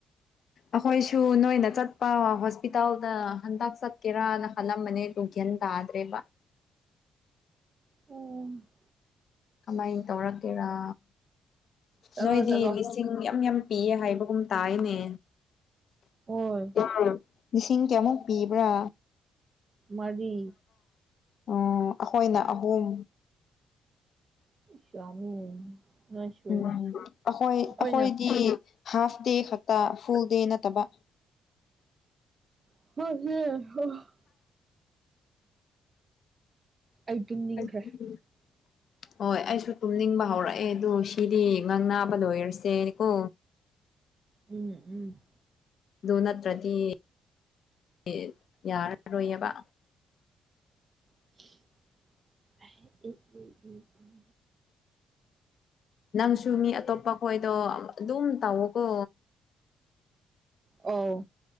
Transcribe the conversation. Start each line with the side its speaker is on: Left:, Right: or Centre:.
Left: ꯑꯈꯣꯏ ꯁꯨ ꯅꯣꯏꯅ ꯆꯠꯄ ꯍꯣꯁꯄꯤꯇꯥꯜꯗꯥ ꯍꯟꯇꯛ ꯆꯠꯀꯦꯔꯅ ꯈꯜꯂꯝꯕꯅꯦ ꯑꯗꯨ ꯒ꯭ꯌꯥꯟ ꯇꯥꯗ꯭ꯔꯦꯕ
Right: ꯑꯣ
Left: ꯀꯃꯥꯏꯟ ꯇꯧꯔꯛꯀꯦꯔꯥ
Right: ꯆꯠꯂꯣ
Left: ꯅꯣꯏꯗꯤ
Right: ꯆꯠꯂꯣ
Left: ꯂꯤꯁ ꯁꯤꯡ ꯃꯌꯥꯝ ꯃꯌꯥꯝ ꯄꯤꯌꯦ ꯍꯥꯏꯕꯒꯨꯝ ꯇꯥꯥꯏꯌꯦꯅꯦ
Right: ꯍꯣꯏ
Left: ꯎꯝ ꯂꯤꯁꯤꯡ ꯀꯌꯥꯃꯨꯛ ꯄꯤꯕ꯭ꯔꯥ
Right: ꯃꯔꯤ
Left: ꯎꯝ ꯑꯣ ꯑꯈꯣꯏꯅ ꯑꯍꯨꯝ
Right: <unintelligible> ꯅꯣꯏꯁꯨ
Left: ꯎꯝ ꯑꯈꯣꯏ
Right: ꯑꯩꯈꯣꯏꯅ
Left: ꯑꯈꯣꯏꯗꯤ ꯍꯥꯐ ꯗꯦ ꯈꯛꯇꯥ ꯐꯨꯜ ꯗꯦ ꯅꯠꯇꯕ
Right: <unintelligible> ꯑꯩ ꯇꯨꯝꯅꯤꯡꯈ꯭ꯔꯦ
Left: <unintelligible>
Right: <inaudible>
Left: ꯍꯣꯏ ꯑꯩꯁꯨ ꯇꯨꯝꯅꯤꯡꯕ ꯍꯧꯔꯛꯑꯦ ꯑꯗꯨ ꯁꯤꯗꯤ ꯉꯥꯡꯅꯥꯕ ꯂꯣꯏꯔꯥꯁꯦ ꯀꯣ
Right: ꯎꯝ ꯎꯝ
Left: ꯑꯗꯨ ꯅꯠꯇ꯭ꯔꯥꯗꯤ <unintelligible> ꯌꯥꯔꯔꯣꯏꯑꯕ
Right: ꯑꯦ ꯑꯦ ꯑꯦ
Left: ꯅꯪꯁꯨ ꯃꯤ ꯑꯇꯣꯞꯄ ꯈꯣꯏꯗꯣ ꯑꯗꯨꯝ ꯇꯧꯋꯣꯀꯣ
Right: ꯑꯧ